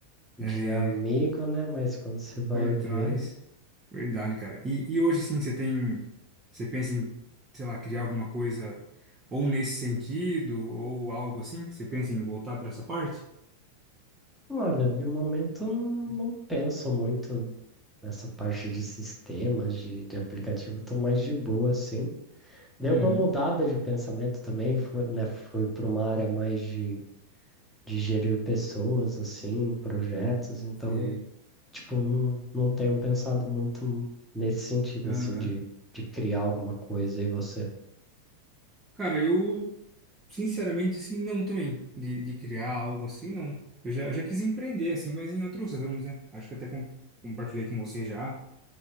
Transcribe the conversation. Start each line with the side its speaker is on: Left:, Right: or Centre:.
Centre: de
Right: é,
Centre: amigo, né, mas quando você vai
Right: por
Centre: ver,
Right: trás, verdade, cara. E, e hoje, sim, você tem, você pensa em, sei lá, criar alguma coisa ou nesse sentido, ou algo assim? Você pensa em voltar pra essa parte?
Centre: olha, de momento não, não penso muito nessa parte de sistemas, de, de aplicativo, tô mais de boa, assim. Deu
Right: Uhum.
Centre: uma mudada de pensamento também, fui, né, fui para uma área mais de de gerir pessoas, assim, projetos, então,
Right: Sei.
Centre: tipo, não, não tenho pensado muito nesse sentido,
Right: Aham.
Centre: assim, de, de criar alguma coisa e você.
Right: Cara, eu Sinceramente, assim, não também. De, de criar algo assim, não. Eu já, eu já quis empreender, assim, mas em outros ramos, né? Acho que até com- compartilhei com você já,